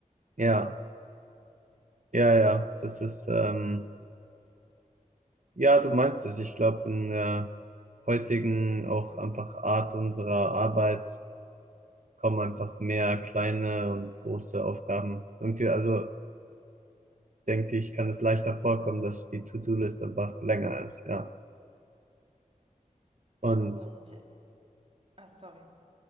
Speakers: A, on the right; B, on the right.
A: ja, ja, ja, das ist, ähm, ja, du meinst es. Ich glaube, in der heutigen auch einfach Art unserer Arbeit kommen einfach mehr kleine und große Aufgaben. Irgendwie, also denke ich, kann es leichter vorkommen, dass die To-Do-List einfach länger ist, ja. Und
B: Und, ach, sorry.